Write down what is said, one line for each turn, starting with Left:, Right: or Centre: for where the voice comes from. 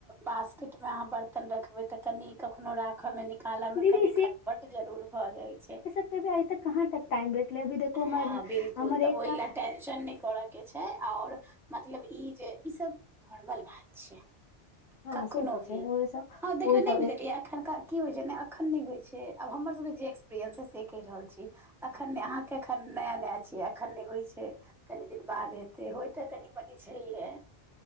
Centre: बास्केट में अहाँ बर्तन रखबे तऽ कनि कखनो राख में निकालऽ मे
Left: दीदी
Centre: कनि खटपट जरूर भऽ जाइ छै
Left: आ <unintelligible> इ तक कहाँ तक टाइम अभी देखू
Centre: हाँ
Left: हमर
Centre: बिल्कुल
Left: हमर एकटा
Centre: तऽ ओहि लए टेंशन नहि कर के छै और मतलब ई जे ई सब नॉर्मल बात छै
Left: हँ
Centre: कखनो
Left: से तऽ
Centre: भी
Left: छै ओ सब
Centre: हाँ देखिय
Left: ओ
Centre: नहि
Left: सब
Centre: बुझलियै
Left: एक
Centre: की होइ छै ने अखन नहि होइ छै आब हमर सब के जे एक्सपीरियंस छैइ से कहि रहल छी एखन ने अहाँ के एखन नया नया छियै एखन नहि होइ छै कनि दिन बाद हेतै होई तऽ कनि मनी छैहे